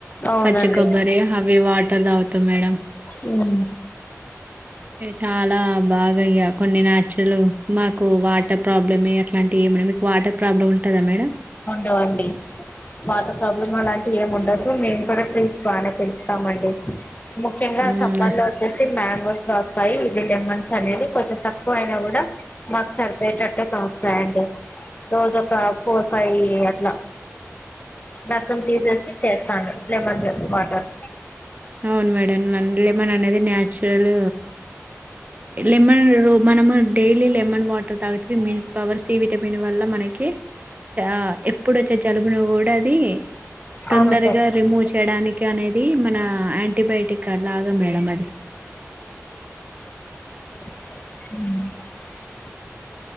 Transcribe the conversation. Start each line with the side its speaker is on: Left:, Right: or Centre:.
Left: అవునండి
Right: పచ్చి కొబ్బరి అవి వాటర్ తాగుతాం మేడం
Left: హ్మ్మ్
Right: చాలా బాగాయ్యా కొన్ని న్యాచురల్ మాకు వాటర్ ప్రాబ్లమ్ అట్లాంటి ఏమి మీకు వాటర్ ప్రాబ్లమ్ ఉంటదా మేడం
Left: వండి వాటర్ ప్రాబ్లం అలాంటి ఏము ఉండవు సో మేము కూడా ట్రీస్ బాగానే పెంచుతామండి ముఖ్యంగా
Right: మేడం
Left: సమ్మర్ లో వచ్చేసి మ్యా స్తాయి ఇ లెమన్స్ అనేది కొంచెం తక్కువ అయినా కూడా మాకు సరిపోయేటట్టుగాస్తాయి అండి రోజు ఒక ఫోర్ ఫైవ్ అట్లా రసం తీసేసి చేస్తాను లెమన్ వాటర్
Right: అవును మేడం లెమన్ అనేది న్యాచురల్ లమన్ ర మనము డైలీ లెమన్ వాటర్ తాగితే మి పవర్ సి విటమిన్ వల్ మనకి చ ఎప్పుడు వచ్చే జలుబును కూడా అది తొందరగా
Left: అవును సార్
Right: రిమూవ్ చేయడానికి అనేది మన ఆంటీబయోటిక్ అలాగా మేడం అది
Left: అ